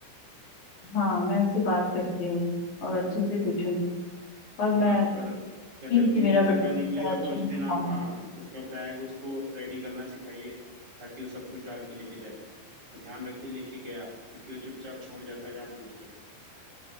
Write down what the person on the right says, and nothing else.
हम्म
और आप कल का जब
भी
सुबह
निकले तो
कुछ
दिन आप हाँ
उसका बैग उसको रेडी करना सिखाइए ताकि वो सब कुछ डाल के लेके जाए तो ध्यान रखिए लेके गया क्योंकि वो चुपचाप छोड़ जाता है जान पूछ के